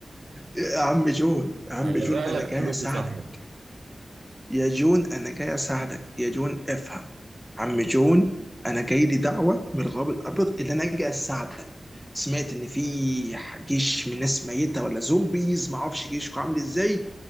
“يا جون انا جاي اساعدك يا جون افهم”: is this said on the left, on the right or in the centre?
Centre